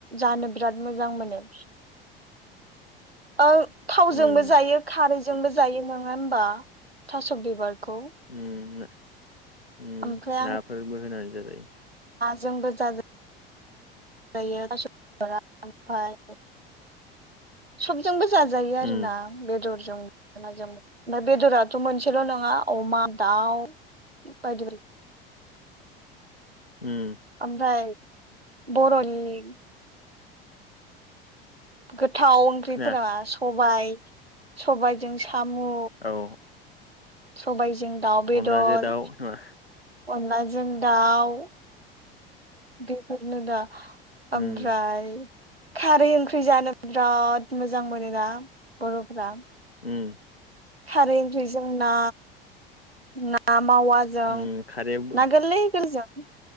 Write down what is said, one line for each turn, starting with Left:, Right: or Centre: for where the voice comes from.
Right: जानो बिराद मोजां मोनो। <unintelligible> थावजोंबो
Left: उम
Right: जायो खारैजोंबो जायो नोङा होनबा थास' बिबारखौ?
Left: उम उम
Right: ओमफ्राय
Left: नाफोरबो होनानै जाजायो।
Right: जोंबो जाजा जाजायो थास' बिबारा आमफाय सबजोंबो जाजायो आरो
Left: उम
Right: ना बेदरजों नाजों बेदराथ' मोनसेल' नङा अमा दाउ बायदि बाय
Left: उम
Right: आमफाय बर'नि गोथाव ओंख्रिफोरा
Left: खोनाया
Right: सबाय सबायजों सामु
Left: औ
Right: सबायजों दाउ बेदर
Left: अनलाजों दाउ नङा
Right: अनलाजों दाउ बेफोरनो दा आमफ्राय
Left: उम
Right: खारै ओंख्रि जानो बिराद मोजां मोनोना बर'फोरा।
Left: उम
Right: खारै ओंख्रिजों ना ना मावाजों
Left: उम खारैया बहुद
Right: ना गोरलै गोरलैजों